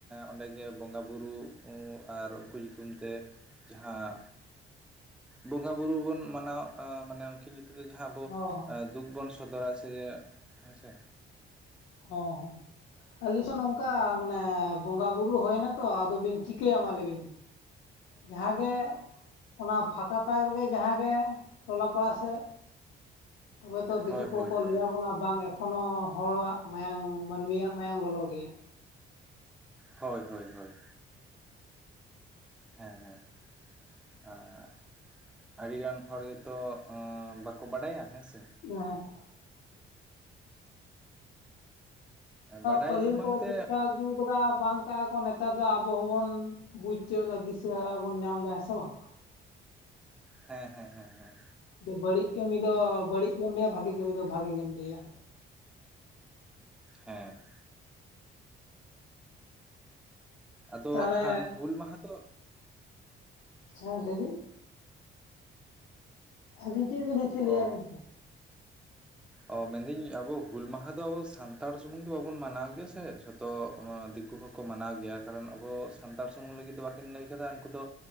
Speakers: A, in the centre; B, on the left (about 85°).
A: ᱚᱸᱰᱮ ᱜᱮ ᱵᱚᱸᱜᱟ ᱵᱩᱨᱩ ᱟᱨ ᱩᱱᱠᱩ ᱧᱩᱛᱩᱢ ᱛᱮ ᱡᱟᱦᱟᱸᱼᱼ ᱵᱚᱸᱜᱟ ᱵᱩᱨᱩ ᱵᱚᱱ ᱢᱟᱱᱟᱣ ᱟ ᱢᱟᱱᱮ ᱩᱱᱠᱤᱱ ᱧᱩᱛᱩᱢ ᱛᱮ ᱡᱟᱦᱟᱸ ᱟᱵᱚᱼᱼ
B: ᱦᱚᱸ ᱦᱚᱸ
A: ᱫᱩᱠ ᱵᱚᱱ ᱥᱚᱫᱚᱨᱟ ᱥᱮ ᱡᱮ ᱦᱮᱸ ᱥᱮ᱾
B: ᱦᱚᱸ ᱦᱚᱸ᱾ ᱟᱞᱮ ᱥᱮᱫ ᱱᱚᱝᱠᱟ ᱢᱟᱱᱮ ᱵᱚᱸᱜᱟ ᱵᱩᱨᱩ ᱦᱩᱭᱮᱱᱟ ᱛᱚ ᱟᱫᱚ ᱵᱤᱱ ᱪᱤᱠᱟᱹᱭᱟ ᱢᱟ ᱞᱮ ᱵᱤᱱ? ᱡᱟᱦᱟᱸ ᱜᱮᱼᱼ ᱚᱱᱟ ᱯᱷᱟᱠᱟ ᱛᱟᱠ ᱨᱮᱜᱮ ᱡᱟᱦᱟᱸᱜᱮ ᱴᱚᱞᱟ ᱯᱟᱲᱟ ᱥᱮᱫᱼᱼ ᱛᱚᱵᱮ ᱛᱚ ᱫᱤᱠᱩ
A: ᱦᱳᱭ ᱦᱳᱭ
B: ᱠᱚᱠᱚ
A: ᱦᱳᱭ
B: ᱞᱟᱹᱭ ᱟᱵᱚᱱᱟ ᱵᱟᱝᱼᱼ ᱮᱠᱷᱚᱱᱳ ᱦᱚᱲᱟᱜ ᱢᱟᱭᱟᱝ ᱢᱟᱹᱱᱢᱤᱭᱟᱜ ᱢᱟᱭᱟᱝ ᱞᱚᱞᱚ ᱜᱮᱭᱟ᱾
A: ᱦᱳᱭ ᱦᱳᱭ ᱦᱳᱭ᱾ ᱦᱮᱸ ᱦᱮᱸ᱾ ᱟᱨ ᱟᱹᱰᱤ ᱜᱟᱱ ᱦᱚᱲ ᱜᱮᱛᱚ ᱵᱟᱠᱚ ᱵᱟᱰᱟᱭᱟ ᱦᱮᱸ ᱥᱮ᱾
B: <unintelligible>
A: ᱵᱟᱰᱟᱭ
B: ᱯᱟᱹᱦᱤᱞ
A: ᱫᱚ ᱢᱟᱱᱛᱮ
B: ᱠᱚ ᱪᱮᱥᱴᱟ ᱟᱹᱜᱩ ᱠᱟᱫᱟ ᱵᱟᱝᱼᱼ ᱠᱟᱜ ᱟᱠᱚ ᱱᱮᱛᱟᱨ ᱫᱚ ᱟᱵᱚ ᱦᱚᱸᱵᱚᱱ ᱵᱩᱡᱽ ᱛᱤᱭᱟᱹᱜ ᱮᱫᱟ ᱫᱤᱥᱟᱹ ᱦᱟᱨᱟ ᱵᱚᱱ ᱧᱟᱢ ᱮᱫᱟ, ᱦᱮᱸ ᱥᱮ ᱵᱟᱝ?
A: ᱦᱮᱸ ᱦᱮᱸ ᱦᱮᱸᱦᱮᱸ᱾
B: ᱵᱟᱹᱲᱤᱡ ᱠᱟᱹᱢᱤ ᱫᱚ ᱵᱟᱹᱲᱤᱡ ᱜᱮᱢ ᱞᱟᱹᱭᱟ ᱵᱷᱟᱜᱤ ᱠᱟᱹᱢᱤ ᱫᱚ ᱵᱷᱟᱜᱤ ᱜᱮᱢ ᱞᱟᱹᱭᱟ᱾
A: ᱦᱮᱸ᱾ ᱟᱫᱚ
B: ᱛᱟᱦᱚᱞᱮ
A: ᱦᱟᱸᱜ ᱠᱷᱟᱱ ᱦᱩᱞ ᱢᱟᱦᱟ ᱫᱚᱼᱼ
B: ᱦᱮᱸ ᱞᱟᱹᱭ ᱵᱤᱱᱼᱼ ᱟᱹᱵᱤᱱ ᱪᱮᱫ ᱵᱤᱱ ᱞᱟᱹᱭᱮᱫ ᱛᱟᱦᱮᱱ? ᱞᱟᱹᱭᱟᱜ
A: ᱚ
B: ᱵᱤᱱ
A: ᱚ ᱢᱮᱱᱫᱟᱹᱧ ᱟᱵᱚ ᱦᱩᱞ ᱢᱟᱦᱟ ᱫᱚ ᱟᱵᱚ ᱥᱟᱱᱛᱟᱲ ᱥᱩᱢᱩᱝ ᱫᱚ ᱵᱟᱵᱩᱱ ᱢᱟᱱᱟᱣ ᱜᱮᱭᱟ ᱥᱮ, ᱡᱷᱚᱛᱚᱼᱼ ᱚ ᱫᱤᱠᱩ ᱦᱚᱸᱠᱚ ᱢᱟᱱᱟᱣ ᱜᱮᱭᱟ ᱠᱟᱨᱚᱱ ᱟᱵᱚ ᱥᱟᱱᱛᱟᱲ ᱥᱩᱢᱩᱝ ᱞᱟᱹᱜᱤᱫ ᱫᱚ ᱵᱟᱹᱠᱤᱱ ᱞᱟᱹᱭ ᱠᱟᱫᱟ ᱩᱱᱠᱩ ᱫᱚ